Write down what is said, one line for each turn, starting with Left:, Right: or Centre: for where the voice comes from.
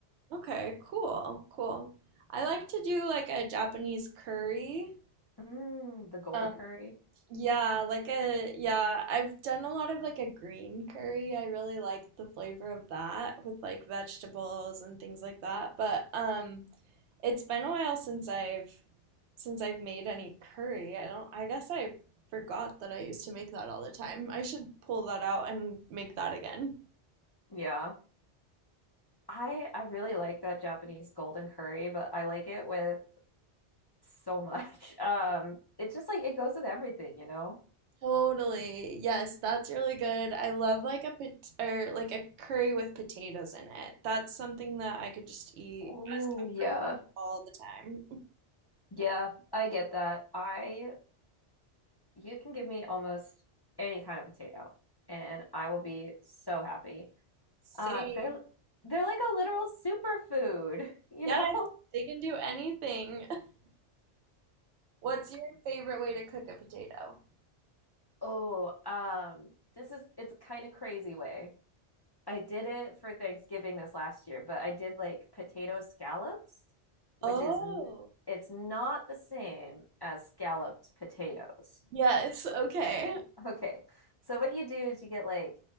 Right: Okay, cool. Cool. I like to do like a Japanese curry.
Left: Mm, the golden
Right: Um
Left: curry.
Right: yeah, like a yeah, I've done a lot of like a green curry. I really like the flavor of that with like vegetables and things like that. But um it's been a while since I've since I've made any curry. I don't I guess I forgot that I used to make that all the time. I should pull that out and make that again.
Left: Yeah. I I really like that Japanese golden curry, but I like it with so much. <laughs> Um, it just like it goes with everything, you know?
Right: Totally. Yes, that's really good. I love like a pot or like a curry with potatoes in it. That's something that I could just eat
Left: Ooh,
Right: as comfort
Left: yeah.
Right: all the time.
Left: Yeah, I get that. I you can give me almost any kind of potato and I will be so happy.
Right: Say
Left: Uh, they're they're like a literal superfood, <laughs> you
Right: yes,
Left: know?
Right: they can do anything. <laughs> What's your favorite way to cook a potato?
Left: Oh, um, this is it's a kind of crazy way. I did it for Thanksgiving this last year, but I did like potato scallops, which
Right: Oh,
Left: is n- it's not the same as scalloped potatoes.
Right: yes,
Left: <laughs>
Right: okay.
Left: Okay. So what you do is you get like